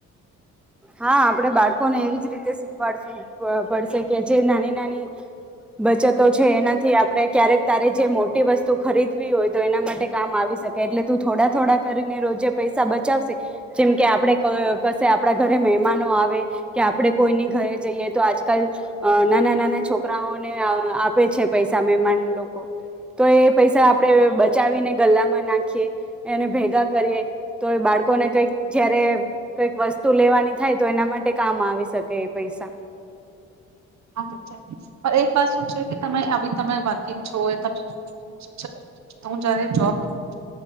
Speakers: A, in the centre; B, on the right (about 65°).
A: હા આપડે બાળકોને એવી જ રીતે શીખવાડશું પડશે કે જે નાની નાની બચતો છે એનાથી આપ આપણે ક્યારેક તારે જે મોટી વસ્તુ ખરીદવી હોય તો એના માટે કામ આવી શકે એટલે તું થોડા થોડા કરીને રોજ જે પૈસા બચાવશે જેમ કે આપ આપ કસે આપણા ઘરે મહેમાનો આવે કે આપડે કોઈની ઘરે જઈએ, તો આજકાલ નાના નાના છોકરાઓને આપે છે પૈસા મહેમાન તો એ પૈસા આપણેે બચાવીને ગલામાં નાખીએ એને ભેગા કરીએ તો બાળકોને કઈક જયારે કઈક વસ તુ લેવાની થાય તો એના માટે કામ આવી શકે એ પૈસા
B: હા પણ એક વાત શું છે કે તમે આવી તમે વર્કિંગ છો હોય તમે હું જયારે જોબ કરું છ